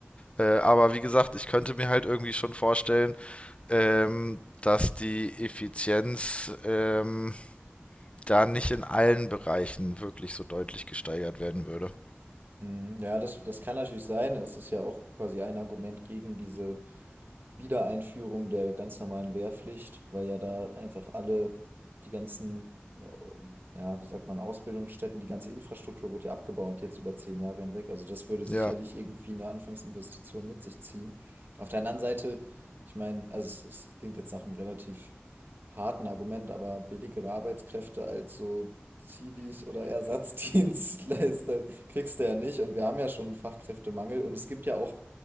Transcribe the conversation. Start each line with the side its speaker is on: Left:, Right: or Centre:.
Left: Äh, aber wie gesagt, ich könnte mir halt irgendwie schon vorstellen, ähm, dass die Effizienz ähm, da nicht in allen Bereichen wirklich so deutlich gesteigert werden würde.
Right: Hm, Ja, das, das kann natürlich sein. Das ist ja auch quasi ein Argument gegen diese Wiedereinführung der ganz normalen Wehrpflicht, weil ja da einfach alle die ganzen, ähm, ja, wie sagt man, Ausbildungsstätten, die ganze Infrastruktur wurde ja abgebaut jetzt über zehn Jahre hinweg. Also das würde sicherlich
Left: Ja.
Right: irgendwie eine Anfangsinvestition mit sich ziehen. Auf der anderen Seite, ich meine, also es, es klingt jetzt nach einem relativ harten Argument, aber billigere Arbeitskräfte als so Zivis oder Ersatzdienstleister <laughs> kriegst du ja nicht. Und wir haben ja schon einen Fachkräftemangel und es gibt ja auch